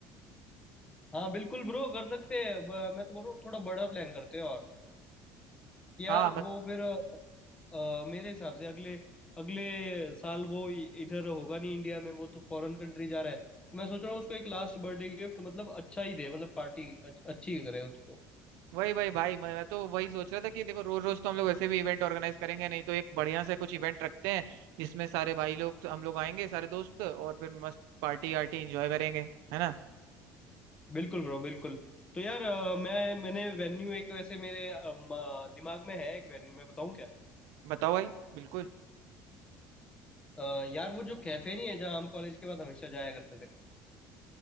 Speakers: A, on the left (about 20°); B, on the right (about 80°).
A: हाँ बिल्कुल ब्रो कर सकते हैं ब- मैं तो बोल रहा हूँ थोड़ा बड़ा प्लान करते हैं और कि यार
B: हाँ
A: वो फिर अ, मेरे हिसाब से अगले अगले साल वो इ- इधर होगा नहीं इंडिया में वो तो फॉरेन कंट्री जा रहा है तो मैं सोच रहा हूँ उसको एक लास्ट बर्थडे गिफ्ट मतलब अच्छा ही दे मतलब पार्टी अच्छ, अच्छी करे उसको
B: वही वही भाई मैं तो वही सोच रहा था कि देखो रोज रोज तो हम लोग वैसे भी इवेंट ऑर्गेनाइज करेंगे नहीं तो एक बढ़िया से कुछ इवेंट रखते हैं जिसमें सारे भाई लोग हम लोग आएंगे सारे दोस्त और फिर मस्त पार्टी आर्टी एंजॉय करेंगे है ना
A: बिल्कुल ब्रो बिल्कुल तो यार अ, मैं मैंने वेन्यू एक वैसे मेरे अ, म- दिमाग में है एक वेन्यू मैं बताऊँ क्या
B: बताओ भाई बिल्कुल
A: अ, यार वो जो कैफे नहीं है जहाँ हम कॉलेज के बाद हमेशा जाया करते थे